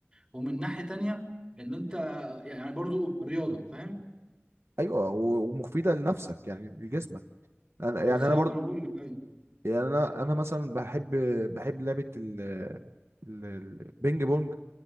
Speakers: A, on the right; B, on the right.
A: ومن ناحيه تانيه ان انت يعني برضو رياضه فاهم؟
B: ايوه و- ومفيدة لنفسك يعني لجسمك انا يعني
A: بالظبط
B: انا برضه
A: انا بقول لك أيوة.
B: يعني انا انا مثلا بحب بحب لعبة ال ال- البينج بونج